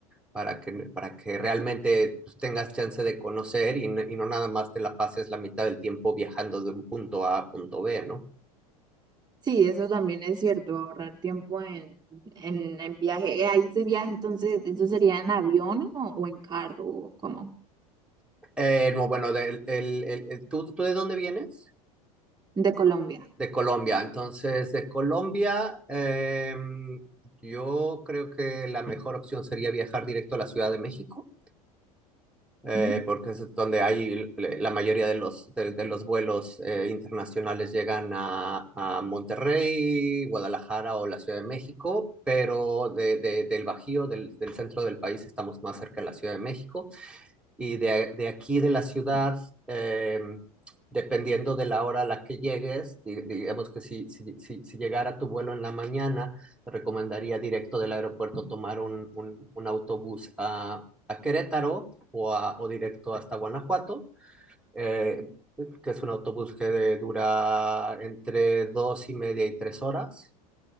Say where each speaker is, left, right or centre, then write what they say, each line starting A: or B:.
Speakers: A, in the centre; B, on the right.
A: para que, para que realmente pues, tengas chance de conocer y, n- y no nada más te la pases la mitad del tiempo viajando de un punto A a punto B, ¿no?
B: Sí, eso también es cierto, ahorrar tiempo en, en, en viaje. Eh, Ahí se viaja, entonces, ¿eso sería en avión o, o en carro o cómo?
A: Eh, no, bueno, del- el- el- el- ¿tú, tú de dónde vienes?
B: De Colombia.
A: De Colombia. Entonces, de Colombia, em, yo creo que la mejor opción sería viajar directo a la Ciudad de México. eh,
B: Ujú.
A: porque es donde hay l- la mayoría de los, de, de los vuelos eh, internacionales llegan a, a Monterrey, Guadalajara o la Ciudad de México, pero de, de- del Bajío, del, del centro del país, estamos más cerca de la Ciudad de México y de, de aquí de la ciudad, eh, dependiendo de la hora a la que llegues, di- digamos que si, si, si, si llegara tu vuelo en la mañana, te recomendaría directo del aeropuerto tomar un, un, un autobús a, a Querétaro o, a- o directo hasta Guanajuato. eh, que es un autobús que de- dura entre dos y media y tres horas,